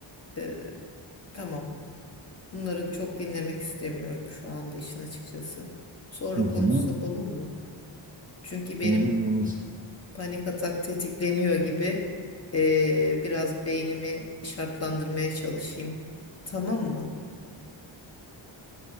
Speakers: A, on the left; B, on the right.
A: e, tamam bunları çok dinlemek istemiyorum şu anda işin açıkçası. Sonra
B: O
A: konuşsak
B: zaman
A: olur mu? Çünkü benim
B: olur olur.
A: panik atak tetikleniyor gibi e, biraz beynimi şartlandırmaya çalışayım. Tamam mı?